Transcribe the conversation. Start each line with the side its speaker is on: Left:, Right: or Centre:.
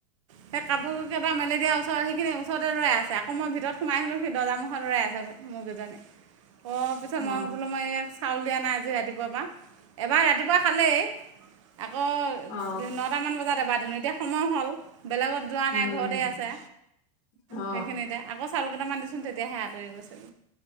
Right: সেই কাপোৰ কেইটা মেলি দিয়া ওচৰ সেইখিনি ওচৰতে ৰৈ আছে, আকৌ মই ভিতৰত সোমাই আহিলোঁ সি দৰ্জাৰ মুুখত ৰৈ আছে মুৰ্গী জনী। অ! পিছত
Left: অ
Right: মই বোলো ইয়াক চাউল দিয়া নাই আজি ৰাতিপুৱাৰ পৰা এবাৰ ৰাতিপুৱা খালেই। আকৌ
Left: অ
Right: নটামান বজাত এবাৰ দিলোঁ, এতিয়া সময় হ'ল বেলেগত যোৱা
Left: উম
Right: নাই ঘৰতে আছে
Left: অ
Right: সেইখিনিতে। আকৌ চাউল কেইটামান দিছ দিছোঁ তেতিয়াহে আঁতৰি গৈছে।